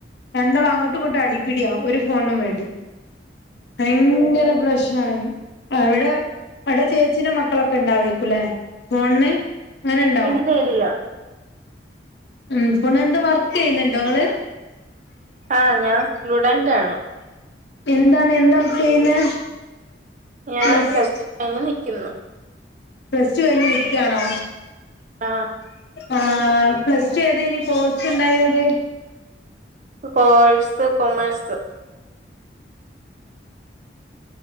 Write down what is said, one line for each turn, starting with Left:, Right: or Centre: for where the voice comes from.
Left: രണ്ടാൾ അങ്ങോട്ടും ഇങ്ങോട്ടും അടിപ്പിടിയ ഒരു ഫോണിനും വേണ്ടി ഭയങ്കര. പ്രശ്നാണ് അവിടെ അവിടെ ചേച്ചീന്റെ മക്കളൊക്കെ ഉണ്ടാവേക്കൂല്ലേ ഫോണിന് അങ്ങനെ ഉണ്ടോ?
Right: ഇല്ല ഇല്ല
Left: ഉം പിന്നെ എന്തോ വർക്ക് ചെയ്യുന്നുണ്ടോ നിങ്ങള്.
Right: ആഹ് ഞാൻ സ്റ്റുഡന്റ് ആണ്.
Left: എന്താണ് എന്താ ചെയ്യുന്നെ?
Right: ഞാൻ
Left: പ്ലസ്
Right: ടു കഴിഞ്ഞ് നിക്കുന്നു
Left: പ്ലസ് ടു കഴിഞ്ഞ് നിക്കുവാണോ
Right: ആഹ്
Left: ആഹ് പ്ലസ് ടു ഏതയ്ന് കൊഴ്സ് ഉണ്ടായത്.
Right: Course commerce.